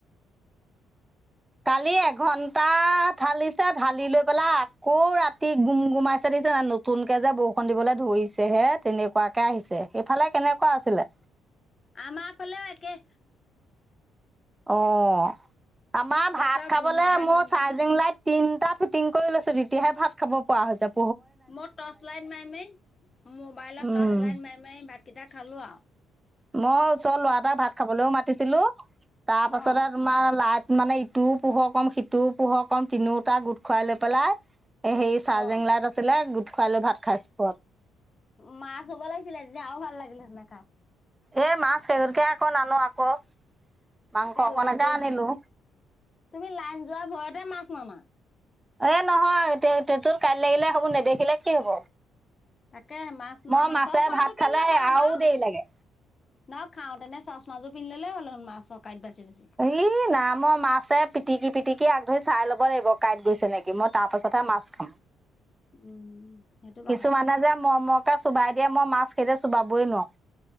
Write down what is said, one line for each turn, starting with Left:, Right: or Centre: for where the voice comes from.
Right: কালি এঘণ্টা ঢালিছে, ঢালি লৈ পেলাই, আকৌ ৰাতি গুম গুমাইছে দি নতুনকে যে বৰষুণ দিবলৈ ধৰিছেহে তেনেকুৱাকে আহিছে, সেইফালে কেনেকুৱা আছিলে?
Left: আমাৰ ফালেও একেই।
Right: অ', আমাৰ
Left: বতৰ
Right: ভাত খাবলে
Left: গুম গুমাই
Right: মোৰ
Left: গুম গুমাই
Right: চাৰ্জিং লাইট তিনটা ফিটিং কৰি লৈছো তেতিয়াহে ভাত খাব পোৱা হৈ যাব।
Left: মোৰ টৰ্চ লাইন মাৰি মাৰি, মোবাইলত
Right: উম
Left: টৰ্চ লাইন মাৰি মাৰি কেইটা খালোঁ আৰু।
Right: মই ওচৰৰ ল'ৰা এটাক ভাত খাবলৈও মাতিছিলো। তাৰ পাছতে
Left: অ
Right: তোমাৰ ল মানে, ইটোও পোহৰ কম, সিটোও পোহৰ কম, তিনিওটা গোট খোৱাই লৈ পেলাই এ সেই চাৰ্জিং
Left: অ
Right: লাইট আছিলে, গোট খুৱাই লৈ ভাত খাইছ <inaudible>
Left: মা চ'ব লাগিছিলে তেতিয়া ভাল লাগিলে <inaudible>
Right: এ, মাছ <inaudible> আকৌ ন নো আকৌ মাংস
Left: তে
Right: অকণকে
Left: লাইনটো,
Right: আনিলো
Left: তুমি লাইন যোৱা ভয়তে মাছ ননা।
Right: এ, নহয় <inaudible> লাগিলে হ'ব নেদেখিলে কি হব?
Left: তাকে মাছ
Right: মই
Left: নানা,
Right: মাছে
Left: চচমাযোৰ
Right: ভাত
Left: পিন্ধি
Right: খালে
Left: লবা আকৌ।
Right: আৰু দেৰি
Left: ন
Right: লাগে
Left: খাওতেনে চচমাজোৰ পিন্ধি ললে হ'ল <inaudible> বাচি
Right: ই নামৰ মাছে পিটিকি পিটিকি আগ ধৰি চাই ল'ব লাগিব, কাঁইট গৈছে নেকি। মই তাৰ পাছতহে মাছ খাম।
Left: উম সেইটো কথা
Right: কিছুমানে যে মৰমৰকে চোবাই দিয়ে মই মাছ কেইটা চোবাবই নোৱাৰোঁ।